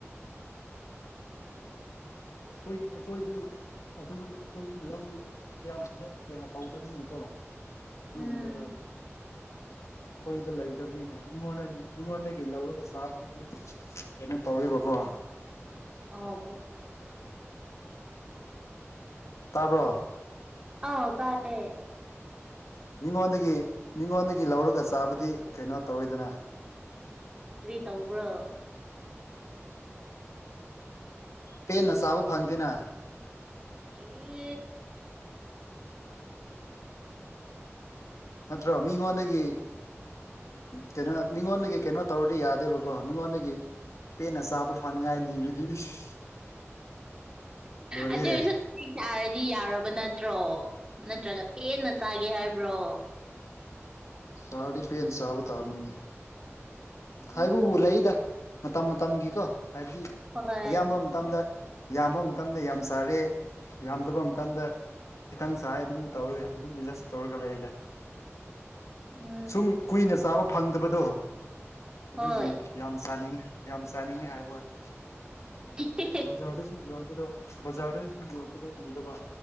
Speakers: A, on the left; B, on the right.
A: ꯑꯩꯈꯣꯏ ꯑꯩꯈꯣꯏꯁꯨ ꯑꯗꯨ ꯑꯩꯈꯣꯏꯒꯤ ꯂꯧ ꯀꯌꯥꯝ ꯐꯖꯅ ꯀꯌꯥ ꯄꯥꯎꯗꯕꯅꯀꯣ ꯑꯗꯨꯒꯨꯝꯕꯗ
B: ꯎꯝ
A: ꯑꯩꯈꯣꯏꯗ ꯂꯩꯇꯕꯅꯤꯅ ꯃꯤꯉꯣꯟꯗꯗꯤ ꯃꯤꯉꯣꯟꯗꯒꯤ ꯂꯧꯔꯒ ꯆꯥꯕꯗꯨꯗꯤ ꯀꯩꯅꯣ ꯇꯧꯋꯣꯏꯕꯀꯦ
B: <unintelligible>
A: ꯇꯥꯕ꯭ꯔꯣ
B: ꯑꯥ ꯇꯥꯏꯌꯦ
A: ꯃꯤꯉꯣꯟꯗꯒꯤ ꯃꯤꯉꯣꯟꯗꯒꯤ ꯂꯧꯔꯒ ꯆꯥꯕꯗꯤ ꯀꯩꯅꯣ ꯇꯧꯋꯤꯗꯅ
B: ꯀꯔꯤ ꯇꯧꯕ꯭ꯔꯣ
A: ꯄꯦꯟꯅ ꯆꯥꯕ ꯐꯪꯗꯦꯅ
B: ꯑꯦ
A: ꯅꯠꯇ꯭ꯔꯣ ꯃꯤꯉꯣꯟꯗꯒꯤ ꯀꯩꯅꯣ ꯃꯤꯉꯣꯟꯗꯒꯤ ꯀꯩꯅꯣ ꯇꯧꯔꯗꯤ ꯌꯥꯗꯦꯕꯀꯣ ꯃꯤꯉꯣꯟꯗꯒꯤ ꯄꯦꯠꯟꯅ ꯆꯥꯕ ꯐꯅꯉꯥꯏ <unintelligible> ꯂꯣꯏꯔꯦꯍꯦ
B: ꯑꯗꯨꯗ ꯑꯣꯏꯁꯨ ꯆꯁꯤꯡ ꯆꯥꯔꯗꯤ ꯌꯥꯔꯕ ꯅꯠꯇ꯭ꯔꯣ ꯅꯠꯇ꯭ꯔꯒ ꯄꯦꯟꯅ ꯆꯥꯒꯦ ꯍꯥꯏꯕ꯭ꯔꯣ
A: ꯆꯥꯔꯗꯤ ꯄꯦꯟ ꯆꯥꯕ ꯇꯥꯕꯅꯤꯅꯦ ꯍꯥꯏꯕꯨ
B: ꯎꯝ
A: ꯂꯩꯗ ꯃꯇꯝ ꯃꯇꯝꯒꯤꯀꯣ ꯍꯥꯏꯕꯗꯤ
B: ꯍꯣꯏ
A: ꯑꯌꯥꯝꯕ_ _ ꯃꯇꯝꯗ ꯌꯥꯝꯕ ꯃꯇꯝꯗ ꯌꯥꯝ ꯁꯥꯔꯦ ꯌꯥꯝꯗꯕ ꯃꯇꯝꯗ ꯈꯤꯇꯪ ꯆꯥꯏ ꯑꯗꯨꯝ ꯇꯧꯔꯏ ꯑꯗꯨꯝ ꯑꯦꯗꯖꯁ ꯇꯧꯔꯒ ꯂꯩꯔꯦꯗꯥ
B: ꯎꯝ
A: ꯎ ꯀꯨꯏꯅ ꯆꯥꯕ ꯐꯪꯗꯕꯗꯣ ꯑꯗꯨꯒꯤ
B: ꯍꯣꯏ
A: ꯌꯥꯝ ꯆꯥꯅꯤꯡꯉꯤ ꯌꯥꯝ ꯆꯥꯅꯤꯡꯉꯤ ꯍꯥꯏꯕ ꯋꯥꯅꯤ
B: <inaudible>
A: ꯕꯖꯥꯔꯗꯁꯨ ꯌꯣꯟꯕꯗꯣ ꯕꯖꯥꯔꯗꯁꯨ ꯌꯣꯟꯕꯗꯣ ꯎꯗꯕ